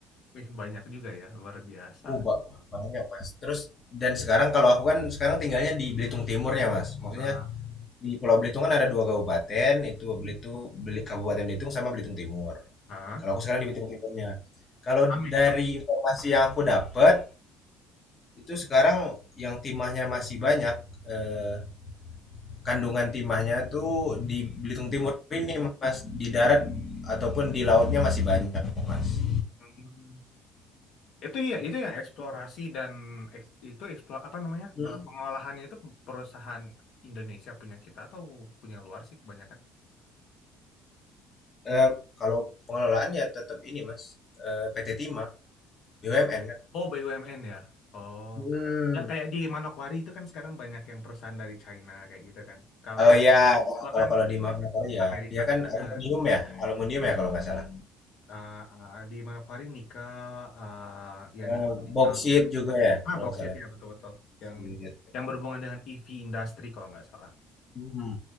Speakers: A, on the left (about 60°); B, on the left (about 30°).
A: wih banyak juga ya, luar biasa.
B: Oh, ba banyak, Mas. Terus dan sekarang kalau aku kan sekarang tinggalnya di Belitung Timurnya, Mas. Maksudnya
A: Ah,
B: Di Pulau Belitung kan ada dua kabupaten, itu Belitung, Beli- Kabupaten Belitung sama Belitung Timur.
A: ah,
B: Kalau aku sekarang di Belitung Timurnya. Kalau
A: Amin
B: dari
A: itu.
B: informasi yang aku dapat, itu sekarang yang timahnya masih banyak, eh, kandungan timahnya tuh di Belitung Timur ini, Mas, di darat ataupun di lautnya masih banyak, Mas.
A: Hmm. Itu ya, itu yang eksplorasi dan eks- itu eksplor apa namanya
B: Hmm.
A: eh, pengolahannya itu perusahaan Indonesia punya kita atau punya luar sih kebanyakan?
B: Eh, kalau pengelolaan ya tetap ini, Mas, eh, PT Timah, BUMN kan.
A: Oh, BUMN ya. Oh.
B: Hmm.
A: Ya kayak di Manokwari itu kan sekarang banyak yang perusahaan dari China kayak gitu kan. Kalau
B: Oh
A: yang
B: ya, kalau
A: itu
B: kalau
A: kan
B: kalau di Manokwari ya,
A: Amerika
B: dia kan
A: punya.
B: aluminium ya, aluminium ya kalau nggak salah.
A: Eh, eh, di Manokwari nikel eh, ya
B: Eh,
A: nikel nikel
B: boksit
A: gitu. kan.
B: juga ya
A: Ah,
B: kalau
A: boksit
B: nggak salah.
A: ya betul-betul
B: Boksit.
A: yang yang berhubungan dengan EV industry kalau nggak salah.
B: Hmm.